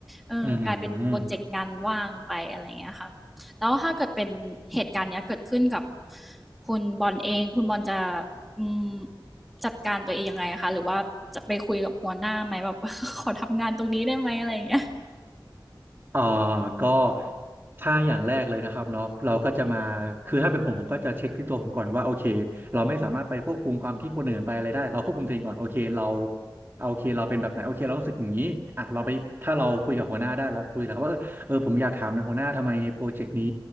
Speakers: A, in the centre; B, on the right.
A: เออกลายเป็นโปรเจกต์งานว่างไปอะไรเงี้ยค่ะ
B: อืม
A: แล้วถ้าเกิดเป็นเหตุการณ์เนี้ยเกิดขึ้นกับคุณบอลเองคุณบอลจะอืมจัดการตัวเองยังไงคะหรือว่าจะไปคุยกับหัวหน้าไหมแบบ <laughs> ขอทำงานตรงนี้ได้ไหมอะไรอย่างเงี้ย
B: อ่อก็ถ้าอย่างแรกเลยนะครับเนาะเราก็จะมาคือถ้าเป็นผมผมก็จะเช็คที่ตัวผมก่อนว่าโอเคเราไม่สามารถไปควบคุมความคิดคนอื่นไปอะไรได้เราควบคุมตัวเองก่อนโอเคเราโอเคเราเป็นแบบไหนโอเคเรารู้สึกอย่างนี้อ่ะเราไปถ้าเราคุยกับหัวหน้าได้เราคุยแล้วว่าเออเออผมอยากถามในอยหัวหน้าทำไมโปรเจกต์นี้